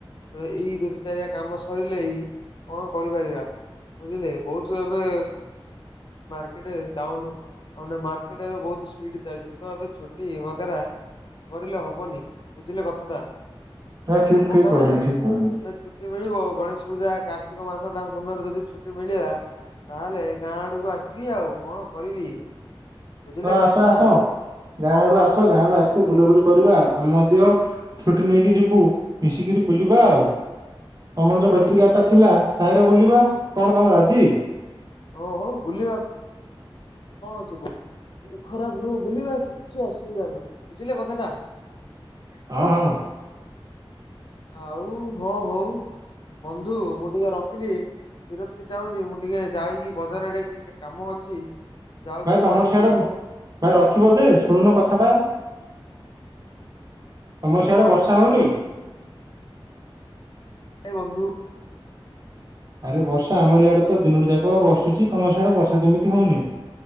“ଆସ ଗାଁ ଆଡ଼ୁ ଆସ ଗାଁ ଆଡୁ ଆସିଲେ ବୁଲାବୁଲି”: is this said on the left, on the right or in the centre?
Right